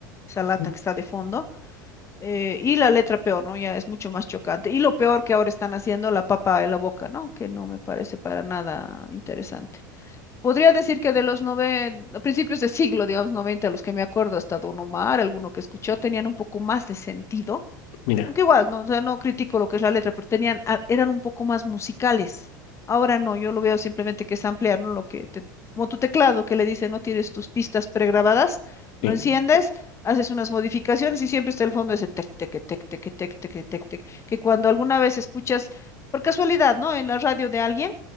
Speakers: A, on the left (about 25°); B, on the left (about 65°).
A: esa lata
B: Ujú,
A: que está de fondo eh, y la letra peor, ¿no? Ya es mucho más chocante. Y lo peor que ahora están haciendo la papa en la boca, ¿no? Que no me parece para nada interesante. Podría decir que de los noven, principios de siglo, digamos, noventa los que me acuerdo, hasta Don Omar, alguno que escuchó, tenían un poco más de sentido
B: Mira,
A: aunque igual, no, o sea, no critico lo que es la letra, pero tenían, a- eran un poco más musicales. Ahora no, yo lo veo simplemente que es ampliar, ¿no? Lo que te- como tu teclado que le dice, no tienes tus pistas pregrabadas, lo
B: sí.
A: enciendes, haces unas modificaciones y siempre está el fondo ese tec, tec, tec, tec, tec, tec, tec, tec, que cuando alguna vez escuchas, por casualidad, ¿no? En la radio de alguien,